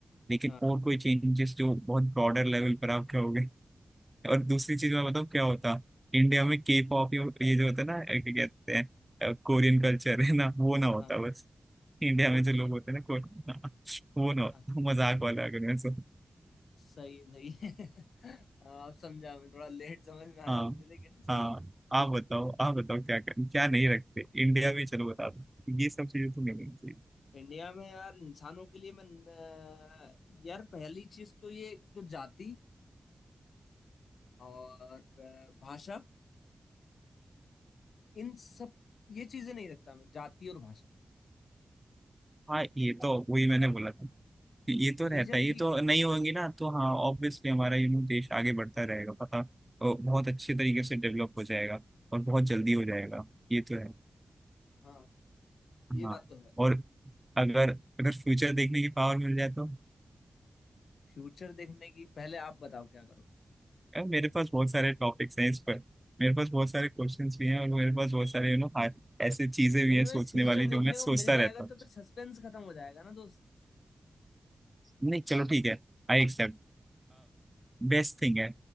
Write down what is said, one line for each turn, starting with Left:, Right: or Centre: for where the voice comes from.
Right: लेकिन
Left: हाँ
Right: और कोई चेंजेस जो बहुत ब्रॉडर लेवल पर आप कहोगे और दूसरी चीज मैं बताऊँ क्या होता इंडिया
Left: हाँ
Right: में के पॉप ये जो होता है ना क्या कहते हैं कोरियन कल्चर है ना वो ना होता
Left: हाँ
Right: बस इंडिया
Left: और
Right: में जो लोग होते हैं ना कोरियन <laughs> हाँ, वो ना होता
Left: हाँ।
Right: मजाक वाला अगर मैं सो
Left: सही सही है <laughs> हाँ, अब समझा मैं थोड़ा लेट समझ में आया
Right: हाँ
Left: मुझे लेकिन सही
Right: हाँ
Left: है
Right: आप बताओ आप बताओ क्या कर, क्या नहीं रखते इंडिया में चलो बता दो ये सब चीजें तो नहीं होनी चाहिए
Left: इंडिया में यार इंसानों के लिए मैं अ, यार पहली चीज तो ये तो जाति और अ, भाषा इन सब ये चीजें नहीं रखता मैं जाति और भाषा
Right: हाँ ये तो वही मैंने बोला था ये तो
Left: रिलीजन
Right: रहता है ये
Left: ठीक
Right: तो
Left: है
Right: नहीं होंगी ना तो हाँ ऑब्वियसली हमारा यू नो देश आगे बढ़ता रहेगा पता और बहुत अच्छे तरीके से डेवलप हो जाएगा और बहुत जल्दी हो जाएगा ये तो है
Left: हाँ ये
Right: हाँ
Left: बात तो है
Right: और अगर अगर फ्यूचर देखने की पावर मिल जाए तो
Left: फ्यूचर देखने की पहले आप बताओ क्या करोगे
Right: यार मेरे पास बहुत सारे टॉपिक्स हैं इस पर मेरे पास बहुत सारे क्वेश्चंस भी हैं और मेरे पास बहुत सारे यू नो ऐसे चीजें भी
Left: लेकिन
Right: हैं सोचने
Left: भाई फ्यूचर
Right: वाली
Left: देखने
Right: जो मैं
Left: को
Right: सोचता
Left: मिल जाएगा
Right: रहता हूँ
Left: तो फिर सस्पेंस खत्म हो जाएगा ना दोस्त
Right: नहीं चलो ठीक है I accept बेस्ट थिंग है